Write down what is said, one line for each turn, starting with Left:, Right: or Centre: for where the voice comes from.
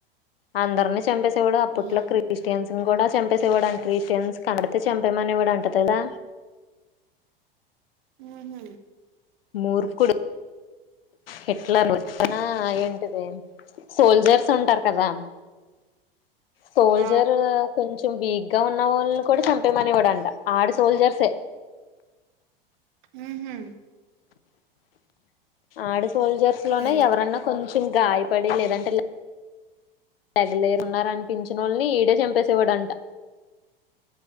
Left: అందరిని చంపేసు కూడా అప్పట్లో
Right: హ్మ్.
Left: క్రిస్టియన్స్ కూడా చంపేసేవాడుంటారు ఇన్స్ కనపడితే చంపేమనివాడు అంట కదా
Right: మ్మ్
Left: మూర్ఖుడు హిట్లర్ ఆ ఏంటిది సోల్జర్స్ ఉంటారు కదా సోల్జరు
Right: ఆ
Left: కొంచం కొంచెం వీక్గా ఉన్న వాళ్ళని కూడా చంపేమనేవడంట ఆడు సోల్జర్సే
Right: మ్మ్ హ్మ్
Left: ఆడు సోల్జర్స్ లోనే
Right: ఏం
Left: ఎవరన్నా కొంచెం ఇంగాయపడి లేదంటే ల తెగలేరున్నారనిపించినోళ్ళని ఈడే చంపేసేవాడంట